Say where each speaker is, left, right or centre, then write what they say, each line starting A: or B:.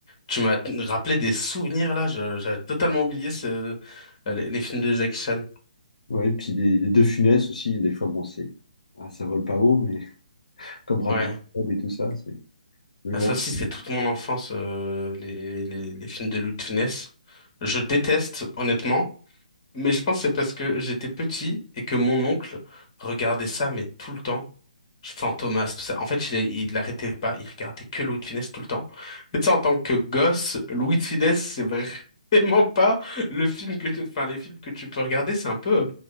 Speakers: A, on the left (about 35°); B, on the left (about 65°).
A: Tu m'as t- rappelé des souvenirs là, je- j'avais totalement oublié ce, euh, les, les films de Jackie Chan.
B: Ouais, puis des, des De Funès aussi, des fois, bon, c'est, ah, ça vole pas haut, mais <laughs> comme Rabbi
A: Ouais.
B: Jacob et tout ça, c'est, mais
A: Ah,
B: bon.
A: ça aussi, c'est toute mon enfance, euh, les, les, les films de Louis de Funès. Je déteste, honnêtement, mais je pense que c'est parce que j'étais petit et que mon oncle regardait ça, mais tout le temps. Je- Fantomas, tout ça. En fait, il, est- il l'arrêtait pas, il regardait que Louis de Funès tout le temps. Mais tu sais, en tant que gosse, Louis de Funès, c'est vraiment <laughs> pas le film que tu- enfin, les films que tu peux regarder, c'est un peu euh,